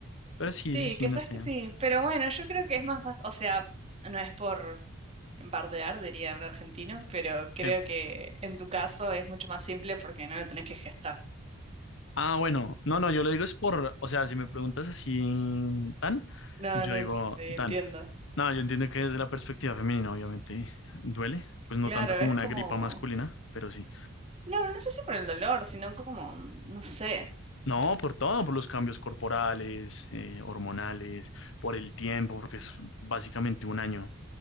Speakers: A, on the left; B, on the right.
A: Pero sí,
B: Sí,
A: sí, sí,
B: quizás
A: no sé.
B: que sí, pero bueno, yo creo que es más fácil, o sea, no es por bardear, diría un argentino, pero creo
A: Sí.
B: que en tu caso es mucho más simple porque no lo tenés que gestar.
A: Ah, bueno, no, no, yo lo digo es por, o sea, si me preguntas así, tan,
B: No,
A: yo
B: no,
A: digo,
B: sí, entiendo.
A: tan. No, yo entiendo que desde la perspectiva femenina, obviamente, duele. Pues no
B: Claro,
A: tanto como
B: es
A: una
B: como,
A: gripa masculina, pero sí.
B: no, no sé si por el dolor, sino como, no sé,
A: No, por todo, por los cambios corporales, eh, hormonales, por el tiempo, porque es básicamente un año